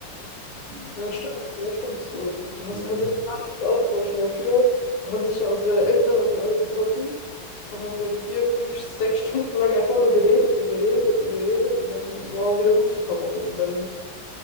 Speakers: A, on the right; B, on the left.
A: Und
B: Ja, stimmt, ja, stimmt. So, du
A: mittlerweile
B: hast, kannst
A: kannst
B: dich gar nicht so austauschen, weil früher, da haben sich ja unsere Eltern dann alle getroffen und haben dann vier, fünf, sechs Stunden lang einfach nur geredet und geredet und geredet und dann war auch wieder gut für ein paar Wochen. Dann